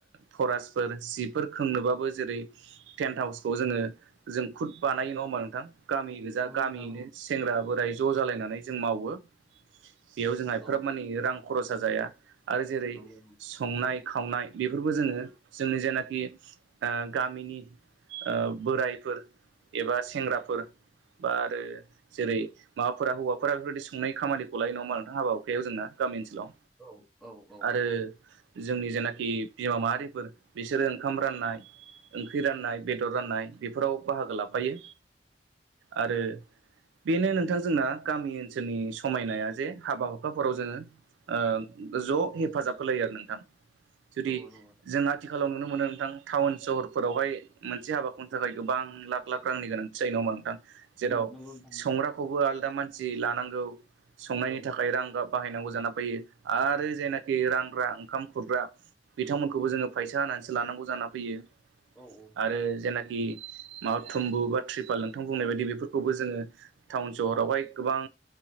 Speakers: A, on the right; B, in the centre.
A: फरेस्टफोर सिफोर खोंनोबाबो जेरै टेन्ट हाउसखौ जोङो जों खुद बानाय नङा होमा नोंथां? गामि गोजा
B: नंगौ
A: गामियैनो
B: नोंथां नंगौ।
A: सेंग्रा बोराय ज जालायनानै जों मावो। बेयाव जोंहा एफ्राब
B: औ
A: मानि रां खरसा जाया आरो जेरै
B: नंगौ नंगौ
A: संनाय,। खावनाय बेफोरखौ जोङो जोंनि जेनाखि ओ गामिनि ओ बोरायफोर एबा सेंग्राफोर
B: औ
A: बा आरो जेरै माबाफोरा हौवाफोरा बेफोरबायाददि संनाय खामानिखौ लायो नङाहोमबा नोंथां? हाबा हखायाव जोंना गामि ओनसोलाव?
B: औ औ औ।
A: आरो जोंनि जेनाखि बिमा माहारिफोर बिसोरो ओंखाम राननाय,। ख्रि राननाय बेदर
B: नंगौ
A: राननाय बेफोराव बाहागो लाफायो आरो। बेनो नोंथां जोंना गामि ओनसोलनि समायनाया जे हाबा हुखाफोराव जोङो ओ ज हेफाजाब होलायो आरो नोंथां जुदि
B: नंगौ नंगौ।
A: जों आथिखाल। आथिखालाव नुनो मोनो नोंथां टाउन सहरफोरावहाय मोनसे हाबाखौनो थाखाय गोबां लाख लाख रांनि गोनांथि जायो नङाहोमबा नोंथां? जेराव
B: नंगौ नंगौ नोंथां।
A: संग्राखौबो आलदा मानसि लानांगौ संनायनि
B: औ
A: थाखाय रां गाब बाहायनांगौ जाना फैयो। आरो जायनाखि रानग्रा ओंखाम खुरग्रा बिथांमोनखौबो जोङो फैसा होनानैसो लानांगौ जाना फैयो।
B: औ औ
A: आरो जेनाखि माबा थुम्बु बा त्रिपाल नोंथां बुंनाय बायदि बेफोरखौबो जोङो टाउन सहरावहाय गोबां